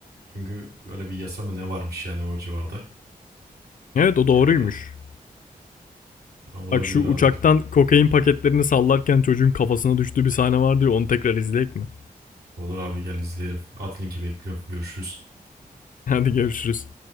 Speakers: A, on the right; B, on the left.
A: Çünkü böyle bir yasa mı ne varmış yani o civarda.
B: Evet o doğruymuş.
A: Ya olabilir
B: Bak şu uçaktan
A: abi.
B: kokain paketlerini sallarken çocuğun kafasına düştüğü bir sahne vardı ya, onu tekrar izleyek mi?
A: Olur abi gel izleyelim. At linki bekliyorum. Görüşürüz.
B: <laughs> Hadi görüşürüz.